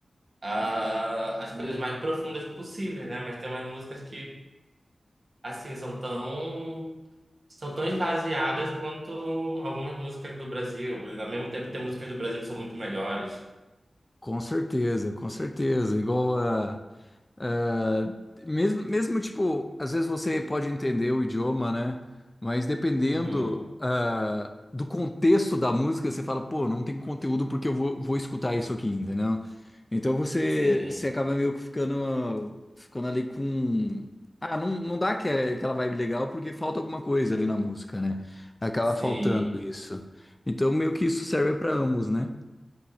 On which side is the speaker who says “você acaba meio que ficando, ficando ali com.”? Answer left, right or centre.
Left